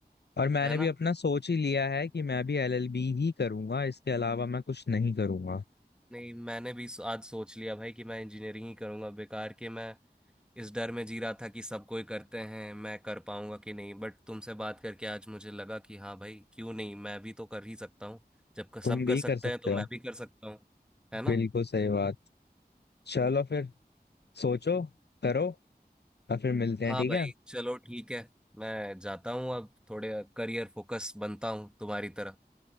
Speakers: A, on the left; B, in the centre.
A: और मैंने
B: है ना
A: भी अपना सोच ही लिया है कि मैं भी एलएलबी ही करूंगा इसके अलावा मैं कुछ नहीं करूंगा
B: नहीं मैंने भी आज सोच लिया भाई कि मैं इंजीनियरिंग ही करूंगा बेकार के मैं इस डर में जी रहा था कि सब कोई करते हैं मैं कर पाऊंगा कि नहीं बट तुमसे बात करके आज मुझे लगा कि हाँ भाई क्यों नहीं मैं भी तो कर ही सकता हूँ जब क- सब
A: तुम भी
B: कर सकते
A: कर सकते
B: हैं तो
A: हो
B: मैं भी कर सकता हूँ है ना
A: बिल्कुल सही बात चलो फिर सोचो करो और फिर मिलते
B: हाँ
A: हैं ठीक
B: भाई
A: है
B: चलो ठीक है मैं जाता हूँ अब थोड़े करियर फोकस बनता हूँ तुम्हारी तरह